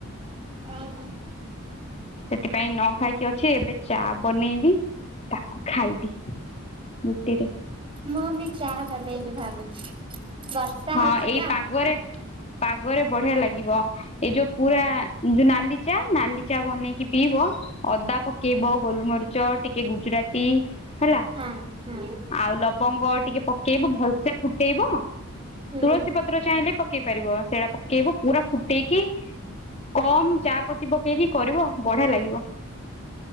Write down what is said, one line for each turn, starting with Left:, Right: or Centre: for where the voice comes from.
Right: ଓହୋ।
Left: ସେଥିପାଇଁ ନ ଖାଇକି ଅଛି ଏବେ ଚା ବନେଇବି ତାକୁ ଖାଇବି। ରୁଟିରେ।
Right: ମୁଁ ବି ଚାହା ବନେଇବି ଭାବୁଛି। ବର୍ଷା
Left: ହଁ
Right: ହଉଛି
Left: ଏଇ
Right: ତ
Left: ପାଗରେ ପାଗରେ ବଢିଆ ଲାଗିବ। ଏଇ ଯୋଉ ପୁରା ଯୋଉ ନାଲି ଚା ନାଲି ଚା ବନେଇକି ପିଇବ ଅଦା ପକେଇବ ଗୋଲମରିଚ ଟିକେ ଗୁଜୁରାତି ହେଲା।
Right: ହଁ ହଁ।
Left: ଆଉ ଲବଙ୍ଗ ଟିକେ ପକେଇବ ଭଲସେ ଫୁଟେଇବ।
Right: ହୁଁ
Left: ତୁଳସୀ ପତ୍ର ଚାହିଁଲେ ପକେଇ ପାରିବ ସେଇଟା ପକେଇବ ପୁରା ଫୁଟେଇକି କମ୍ ଚା ପତି ପକେଇକି କରିବ ବଢିଆ ଲାଗିବ।